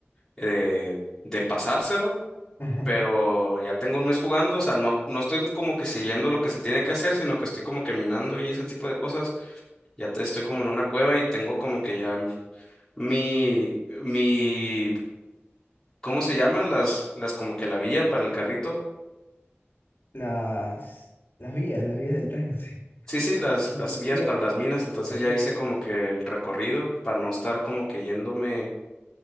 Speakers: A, on the left; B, on the left.
A: de, de pasárselo,
B: <laughs>
A: pero ya tengo un mes jugando. O sea, no, no estoy como que siguiendo lo que se tiene que hacer, sino que estoy como que minando y ese tipo de cosas. Ya te- estoy como en una cueva y tengo como que ya mi, mi, ¿cómo se llaman? Las, las como que la vía para el carrito.
B: Las, las vías, las vías del tren, <laughs> sí.
A: Sí, sí, las,
B: Los
A: las vías
B: pies,
A: para las minas. Entonces
B: los pies.
A: ya hice como que el recorrido para no estar como que yéndome.